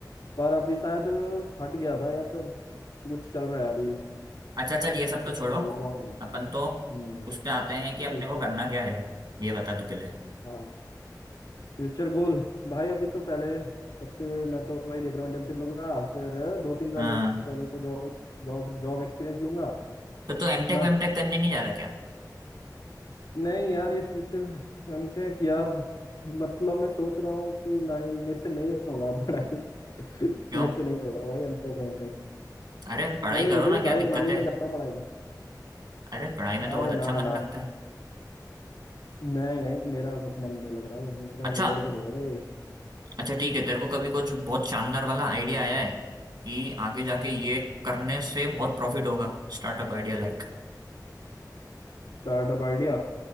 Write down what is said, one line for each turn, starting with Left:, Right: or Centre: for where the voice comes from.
Left: पर अभी शायद हट गया था या फिर कुछ चल रहा है अभी
Right: अच्छा चल ये सब तो
Left: कुछ
Right: छोड़ो
Left: लॉ बंद
Right: अपन तो
Left: हम्म
Right: उस पे आते हैं कि अपने
Left: फ्यूचर
Right: को करना क्या है ये बता तू पहले
Left: हाँ फ्यूचर गोल भाई अभी तो पहले सबसे मैं तो वही देख रहा हूँ इंटर्नशिप लूंगा फिर दो तीन साल
Right: हाँ
Left: ex- पहले तो जॉब जॉब जॉब एक्सपीरियंस लूंगा
Right: तो तू एमटेक
Left: अपना
Right: वेमटेक करने नहीं जा रहा क्या
Left: नहीं यार ये फ्यूचर एमटेक यार मतलब मैं सोच रहा हूँ कि नहीं मेरे से नहीं होगा पढ़ाई <laughs>
Right: क्यों
Left: मेरे से नहीं होगा भाई एमटेक वेमटेक
Right: अरे पढ़ाई
Left: नहीं
Right: करो
Left: होगी
Right: ना क्या
Left: भाई
Right: दिक्कत
Left: मन ही
Right: है
Left: नहीं करता पढ़ाई का
Right: अरे पढ़ाई में तो
Left: अरे
Right: बहुत अच्छा
Left: ना
Right: मन
Left: ना
Right: लगता है
Left: नहीं नहीं मेरा कुछ मन नहीं लग रहा मेरा
Right: अच्छा
Left: मेरे से नहीं होगा ये
Right: अच्छा ठीक है तेरे को कभी कुछ बहुत शानदार वाला आइडिया आया है कि आगे जाके ये करने से बहुत प्रॉफिट होगा स्टार्टअप आइडिया लाइक
Left: Startup idea